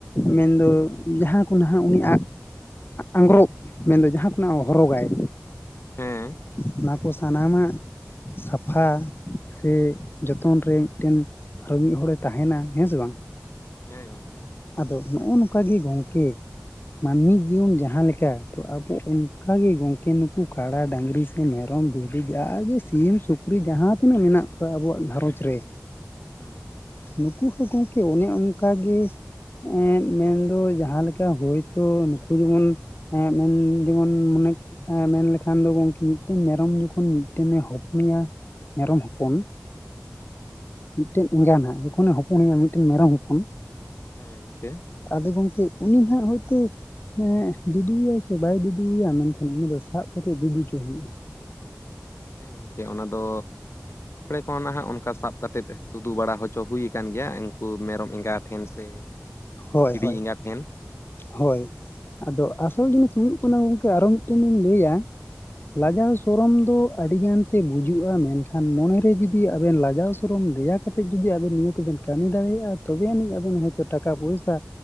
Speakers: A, on the left; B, on the left.
A: ᱢᱮᱱᱫᱚ ᱡᱟᱦᱟᱸ ᱠᱚ ᱱᱟᱦᱟᱜ ᱩᱱᱤ ᱟ ᱟᱸᱜᱽᱨᱚᱵ ᱢᱮᱱᱫᱚ ᱡᱟᱦᱟᱸ ᱠᱚᱱᱟᱜ ᱦᱚᱨᱚᱜᱟᱭ
B: ᱦᱮᱸ
A: ᱚᱱᱟ ᱠᱚ ᱥᱟᱱᱟᱢᱟᱜ ᱥᱟᱯᱷᱟ ᱥᱮ ᱡᱚᱛᱚᱱ ᱨᱮ ᱢᱤᱫᱴᱮᱱ ᱟᱨᱚ ᱢᱤᱫ ᱦᱚᱲᱮ ᱛᱟᱦᱮᱱᱟ ᱦᱮᱸ ᱥᱮ ᱵᱟᱝ
B: ᱦᱮᱸ ᱜᱚᱢᱠᱮ
A: ᱟᱫᱚ ᱱᱚᱜᱼᱚ ᱱᱚᱝᱠᱟ ᱜᱮ ᱜᱚᱝᱠᱮ ᱢᱟᱹᱱᱢᱤ ᱡᱤᱭᱚᱱ ᱡᱟᱦᱟᱸ ᱞᱮᱠᱟ ᱛᱚ ᱟᱵᱚ ᱚᱱᱠᱟᱜ ᱜᱮ ᱜᱚᱝᱠᱮ ᱱᱩᱠᱩ ᱠᱟᱰᱟ ᱰᱟᱝᱨᱤ ᱥᱮ ᱢᱮᱨᱚᱢ ᱵᱷᱤᱰᱤ ᱡᱟᱦᱟᱜᱮ ᱥᱤᱢ ᱥᱩᱠᱨᱤ ᱡᱟᱦᱟᱸ ᱛᱤᱱᱟᱹᱜ ᱢᱮᱱᱟᱜ ᱠᱚᱣᱟ ᱟᱵᱚᱣᱟᱜ ᱜᱷᱟᱨᱚᱸᱡᱽ ᱨᱮ
B: ᱦᱮᱸ
A: ᱱᱩᱠᱩ ᱦᱚᱸ ᱜᱚᱝᱠᱮ ᱚᱱᱮ ᱚᱱᱠᱟ ᱜᱮ ᱮᱸᱜ ᱢᱮᱱᱫᱚ ᱡᱟᱦᱟᱸᱞᱮᱠᱟ ᱦᱳᱭᱛᱳ ᱱᱩᱠᱩ ᱡᱮᱢᱚᱱ ᱦᱮᱸ ᱢᱮᱱ ᱡᱮᱢᱚᱱ ᱢᱚᱱᱮ ᱮ ᱢᱮᱱᱞᱮᱠᱷᱟᱱ ᱫᱚ ᱜᱚᱝᱠᱮ ᱢᱤᱫᱴᱮᱱ ᱢᱮᱨᱚᱢ ᱡᱚᱠᱷᱚᱱ ᱢᱤᱫᱴᱮᱱᱮ ᱦᱚᱯᱚᱱᱮᱭᱟ ᱢᱮᱨᱚᱢ ᱦᱚᱯᱚᱱ ᱢᱤᱫᱴᱮᱱ ᱮᱸᱜᱟᱱᱟᱜ ᱡᱚᱠᱷᱚᱱᱮ ᱦᱚᱯᱚᱱᱮᱭᱟ ᱢᱤᱫᱴᱮᱱ ᱢᱮᱨᱚᱢ ᱦᱚᱯᱚᱱ
B: ᱦᱮᱸ ᱜᱚᱝᱠᱮ
A: ᱟᱫᱚ ᱜᱚᱝᱠᱮ ᱩᱱᱤ ᱱᱟᱦᱟᱸᱜ ᱦᱚᱭᱛᱳ ᱮᱸᱜ ᱫᱩᱫᱩᱣᱟᱭᱟᱭ ᱥᱮ ᱵᱟᱭ ᱫᱩᱫᱩᱣᱟᱭᱟ ᱢᱮᱱᱠᱷᱟᱱ ᱩᱱᱤ ᱫᱚ ᱥᱟᱵ ᱠᱟᱛᱮᱫ ᱫᱩᱫᱩ ᱪᱚᱭ ᱦᱩᱭᱩᱜᱼᱟ
B: ᱦᱮᱸ ᱜᱚᱝᱠᱮ ᱚᱱᱟ ᱫᱚ ᱲᱮ ᱠᱚ ᱱᱟᱦᱟᱸᱜ ᱚᱱᱠᱟ ᱥᱟᱵ ᱠᱟᱛᱮᱫ ᱫᱩᱫᱩ ᱵᱟᱲᱟ ᱦᱚᱪᱚ ᱦᱩᱭ ᱟᱠᱟᱱ ᱜᱮᱭᱟ ᱮᱝᱠᱚ ᱢᱮᱨᱚᱢ ᱮᱸᱜᱟ ᱴᱷᱮᱱ ᱥᱮ
A: ᱦᱳᱭ
B: ᱵᱷᱤᱰᱤ
A: ᱦᱳᱭ
B: ᱮᱸᱜᱟ ᱴᱷᱮᱱ
A: ᱦᱳᱭ ᱟᱫᱚ ᱟᱥᱚᱞ ᱡᱤᱱᱤᱥ ᱦᱩᱭᱩᱜ ᱠᱟᱱᱟ ᱜᱚᱝᱠᱮ ᱟᱨᱚ ᱢᱤᱫᱴᱮᱱ ᱤᱧ ᱞᱮᱭᱟ
B: ᱦᱮᱸ
A: ᱞᱟᱡᱟᱣ ᱥᱚᱨᱚᱢ ᱫᱚ ᱟᱹᱰᱤᱜᱟᱱ ᱛᱮ ᱵᱩᱡᱩᱜᱼᱟ ᱢᱮᱱᱠᱷᱟᱱ ᱢᱚᱱᱮᱨᱮ ᱡᱩᱫᱤ ᱟᱵᱮᱱ ᱞᱟᱡᱟᱣ ᱥᱚᱨᱚᱢ ᱫᱮᱭᱟ ᱠᱟᱛᱮᱫ ᱡᱩᱫᱤ ᱟᱵᱮᱱ ᱱᱤᱭᱟᱹ ᱠᱚᱵᱮᱱ ᱠᱟᱹᱢᱤ ᱫᱟᱲᱮᱭᱟᱜᱼᱟ ᱛᱚᱵᱮ ᱟᱹᱱᱤᱡ ᱟᱵᱮᱱ ᱦᱚᱭᱛᱚ ᱴᱟᱠᱟ ᱯᱚᱭᱥᱟ